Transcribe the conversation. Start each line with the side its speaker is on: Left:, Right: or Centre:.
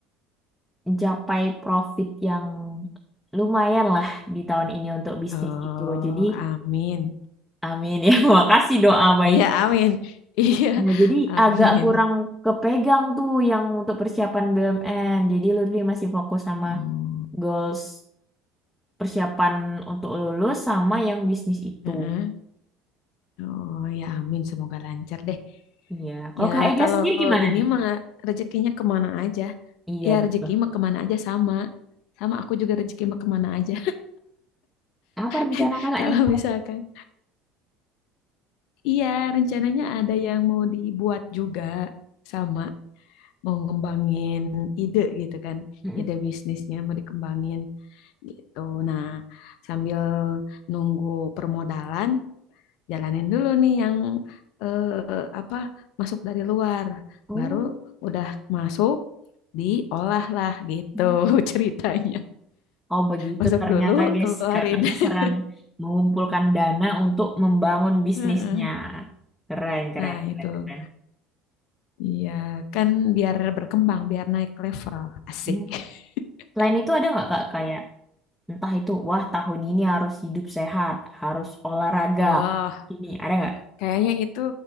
Centre: mencapai profit yang lumayan lah di tahun ini untuk bisnis
Left: Oh,
Centre: itu. Jadi,
Left: amin.
Centre: amin ya. <laughs> Makasih doa baik.
Left: Iya, amin. <laughs> Iya,
Centre: Nah, jadi
Left: amin.
Centre: agak kurang kepegang tuh yang untuk persiapan BUMN. Jadi, Lutfi masih fokus sama
Left: Hmm,
Centre: goals persiapan untuk lulus sama yang bisnis itu.
Left: heeh. Oh, ya amin. Semoga lancar deh.
Centre: Iya. Kalau
Left: Ya,
Centre: Kak Ega
Left: kalau
Centre: sendiri gimana
Left: ini
Centre: nih?
Left: mah rezekinya kemana aja.
Centre: Iya,
Left: Ya,
Centre: betul.
Left: rezeki mah kemana aja sama. Sama aku juga rezeki mah kemana aja.
Centre: Apa rencana
Left: <laughs>
Centre: kakak
Left: Kalau
Centre: nih?
Left: misalkan, iya rencananya ada yang mau dibuat juga sama. Mau ngembangin ide gitu kan.
Centre: Mm-mm.
Left: Ide bisnisnya mau dikembangin. gitu. Nah, sambil nunggu permodalan, jalanin dulu nih yang eh, apa masuk dari luar.
Centre: Oh.
Left: Baru udah masuk, diolah lah gitu
Centre: Mm-hmm.
Left: <laughs> ceritanya.
Centre: Oh begitu
Left: Masuk
Centre: ternyata
Left: dulu,
Centre: guys,
Left: keluarin.
Centre: kakaknya
Left: <laughs>
Centre: serang mengumpulkan dana untuk membangun bisnisnya.
Left: Heeh.
Centre: Keren, keren,
Left: Nah,
Centre: keren,
Left: itu.
Centre: keren.
Left: Iya, kan biar berkembang, biar naik level. Asik.
Centre: Hmm.
Left: <laughs>
Centre: Selain itu ada nggak kak kayak entah itu wah tahun ini harus hidup sehat, harus olahraga.
Left: Wah,
Centre: Ini ada nggak?
Left: kayaknya itu